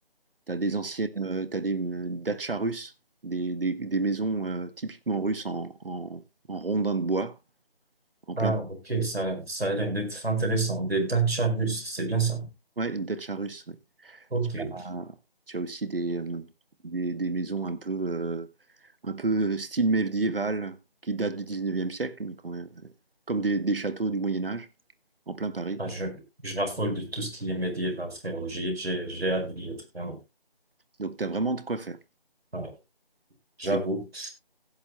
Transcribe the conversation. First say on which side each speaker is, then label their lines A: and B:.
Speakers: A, on the right; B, on the right.
A: T'as des anciennes, euh, t'as des euh, dachas russes, des, des, des maisons euh, typiquement russes en, en, en rondins de bois, en
B: Ah,
A: plein.
B: ok, ça, ça a l'air d'être intéressant. Des Dacia russes, c'est bien ça.
A: Ouais, une dacha russe.
B: Ok,
A: Tu
B: ok.
A: as, tu as aussi des, euh, des, des maisons un peu, euh, un peu style médiéval qui datent du 19e siècle, mais quand même, comme des, des châteaux du Moyen Âge en plein Paris.
B: Ah, je, je raffole de tout ce qui est médiéval, frérot. J'ai, j'ai, j'ai hâte de lire, vraiment.
A: Donc tu as vraiment de quoi faire.
B: Ah, j'avoue,
A: C'est-